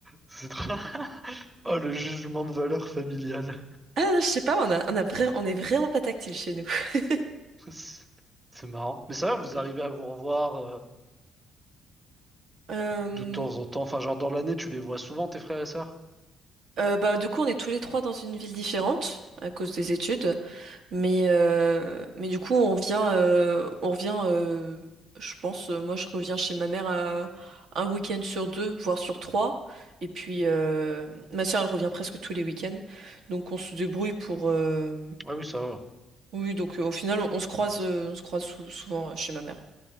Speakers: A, on the right (about 20°); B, on the right (about 65°).
A: C'est trop... Oh, le jugement de valeur familiale.
B: Ah, non, je sais pas, on a, on a vra- on est vraiment pas tactile chez nous. <laughs>
A: C'est c'est marrant. Mais ça, va, vous
B: Mm.
A: arrivez à vous revoir euh,
B: Euh,
A: de temps en temps. Enfin, genre dans l'année, tu les vois souvent, tes frères et sœurs?
B: euh, bah, du coup, on est tous les trois dans une ville différente à cause des études, mais, euh, mais du coup, on vient, euh, on revient, euh, je pense, euh, moi je reviens chez ma mère euh, un week-end sur deux, voire sur trois, et puis euh, ma soeur elle revient presque tous les week-ends, donc on se débrouille pour. euh,
A: Ah oui, ça va.
B: Oui, donc euh, au final, on, on se croise, euh, on se croise sou- souvent euh, chez ma mère.